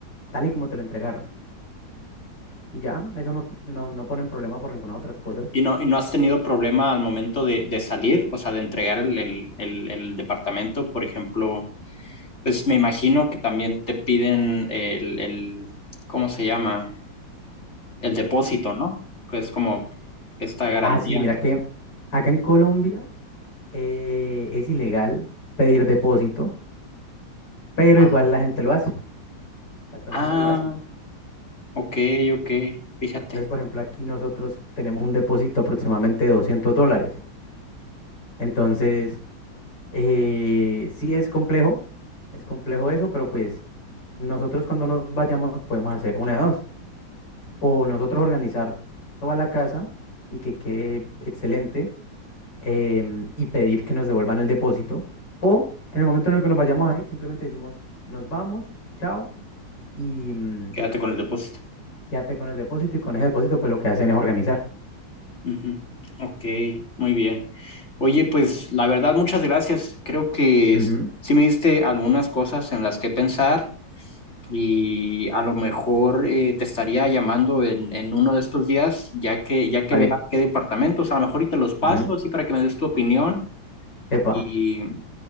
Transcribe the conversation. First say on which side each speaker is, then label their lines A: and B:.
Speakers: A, on the left; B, on the left.
A: tal y como te lo entregaron. Y ya, eso no, no, no ponen problema por ninguna otras cosas.
B: ¿Y no, y no has tenido problema al momento de, de salir, o sea, de entregar el, el, el, el departamento, por ejemplo? Pues me imagino que también te piden el, el, ¿cómo se llama? El depósito, ¿no? Pues como esta garantía.
A: Ah, sí, mira que acá en Colombia eh, es ilegal pedir depósito, pero
B: Ah,
A: igual la gente lo hace, las personas
B: ah,
A: lo hacen.
B: ok, ok, fíjate,
A: Entonces, por ejemplo, aquí nosotros tenemos un depósito aproximadamente de 200 dólares. Entonces, eh, sí es complejo, es complejo eso, pero pues nosotros cuando nos vayamos podemos hacer una de dos. O nosotros organizar toda la casa y que quede excelente, em, y pedir que nos devuelvan el depósito. O en el momento en el que nos vayamos a ir, simplemente decimos, nos vamos, chao, y mm,
B: quédate con el depósito.
A: quédate con el depósito. Y con ese depósito, pues lo que hacen es organizar.
B: Ujú, Ok, muy bien. Oye, pues la verdad, muchas gracias. Creo que
A: Ujú,
B: s- sí me diste algunas cosas en las que pensar. y a lo mejor eh, te estaría llamando en, en uno de estos días, ya que, ya que
A: Vale.
B: veas qué departamentos, a lo mejor y te los paso
A: ujú,
B: así para que me des tu opinión
A: Epa.
B: y, y,